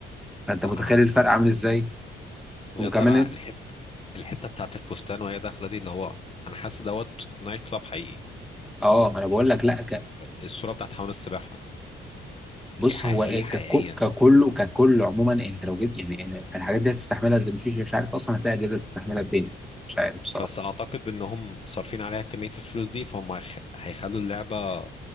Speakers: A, in the centre; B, on the left.
A: فانت
B: لا
A: متخيل
B: أنا
A: الفرق
B: ب-
A: عامل ازاي
B: بجد
A: وكمان
B: انا الحته الحته بتاعت الفستان وهي داخله دي اللي هو انا حاسس دوت نايت كلاب حقيقي
A: اه ما انا بقول لك لا ك...
B: والصوره بتاعت حمام السباحه
A: بص
B: دي حقيقيه
A: هو ايه
B: حقيقيه
A: ككو- ككله ككله عموما انت لو جيت يعني انت الحاجات دي هتستحملها زي مفيش مش عارف اصلا هتلاقي اجهزه تستحملها بفين اساسا مش عارف بصراحه
B: بس اعتقد بانهم صارفين عليها كميه الفلوس دي فهم هيخ- هيخلوا اللعبه